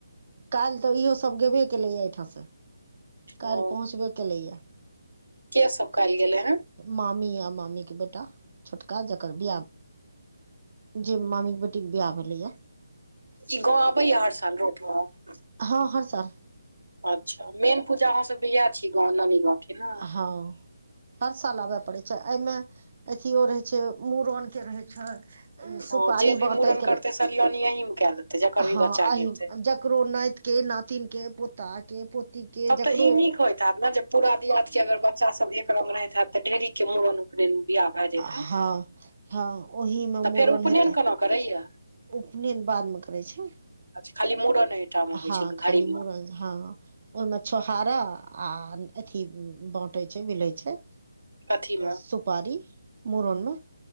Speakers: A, on the right (about 50°); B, on the right (about 80°).
A: काल्हि तऽ इहो सब गेबे केलैए एहिठाम सॅं। काल्हि
B: ओ
A: पहुँचबे केलैयऽ।
B: के सब कैयल गेले हे।
A: मामी आ मामी के बेटा छोटका जकर बियाह
B: ओ
A: जे मामी के बेटी के बिाह भेलैया।
B: ई गाँव आबैया हर साल रोट पर।
A: हँ हर साल
B: अच्छा मेन पूजा आहां सबके इएह छी, गाँव नानी गाँव के ने।
A: हँ हर साल आबे पड़े छै, एऽमे अथियो रहे छै, मुड़न के रहे ह सुपारी
B: ओ जे भी
A: बाँटैके
B: मूड़न
A: रहे
B: करतै
A: छै,
B: सलियानी अहींमे कए लेतै जकर भी
A: हँ
B: बच्चा
A: अही
B: के हेतै
A: ज ककरो नाइत के, नातिन के, पोता के पोती के
B: तब
A: जकरो
B: तऽ ई नीक होइत हैत ने जब पूरा दियाद के अगर बच्चा सब एकरंग रहैत हैत, तऽ ढेरी के मूड़न, उपनैन, बियाह भए जाइत हैत
A: हँ- हँ ओहि मे
B: तऽ
A: मुड़न
B: फेर उपनयन
A: हेतै।
B: केना करैया।
A: उपनेन बादमें करै छै।
B: अच्छा खाली मूड़ने टा में होइ
A: हँ
B: छै
A: खाली
B: घड़ी में।
A: मूड़न हँ। ओहि में छोहारा आ अथी बंटै छै, बिलै छै।
B: कथीमे
A: सुपारी मुड़न में।